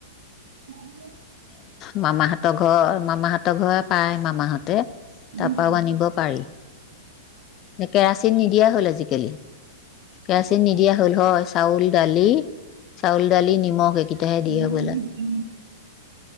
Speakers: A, on the right; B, on the left.
A: উম
B: মামাহঁতৰ ঘৰ মামাহঁতৰ ঘৰে পায় মামাহঁতে
A: উম
B: তাপাও
A: উম
B: আনিব পাৰি কেৰাচিন নিদিয়া হ'ল আজি কেলে কেৰাচিন নিদিয়া হল হয় চাউল দালি চাউল দালি নিমখ এইকেইটাহে
A: উম
B: দিয়ে হবলা।
A: উম